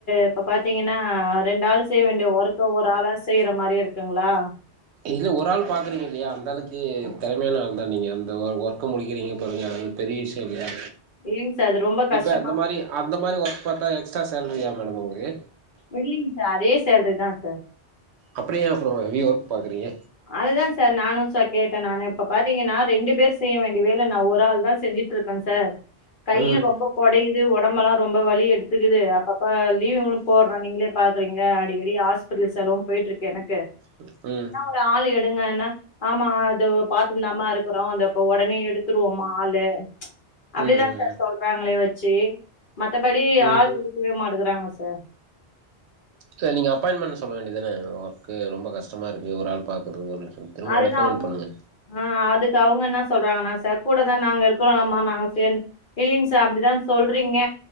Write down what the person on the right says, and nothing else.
இல்ல ஒரு ஆள் பாக்குறீங்கல்லையா அந்த ஆளுக்கு திறமையான ஆள் தா நீங்க அந்த ஒர்க் க்கு முடிக்கிறீங்க பாருங்க அது பெரிய விஷய இல்லயா
இப்ப அந்த மாரி அந்த மாரி ஒர்க் பாத்தா எக்ஸ்ட்ரா சேலரியா மேடம் உங்களுக்கு
அப்பறோ ஏன் ப்ரோ ஹெவி யா ஒர்க் பாக்குறீங்க
ம்
உம் உம்
ம் ம்
ம்
செரி நீங்க அப்பாயின்ட் பண்ண சொல்ல வேண்டியதான ஒர்க்கு ரொம்ப கஷ்டமா இருக்கு ஒரு ஆள் பாக்குறதுகு அப்டின்னு சொல்லி திரும்ப
ரெக்கமெண்ட்
பண்ணுங்க